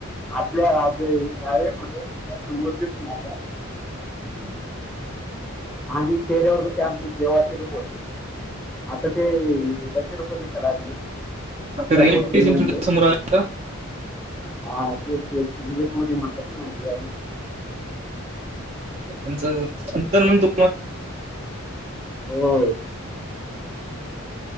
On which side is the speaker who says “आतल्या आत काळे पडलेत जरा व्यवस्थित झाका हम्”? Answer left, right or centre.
Centre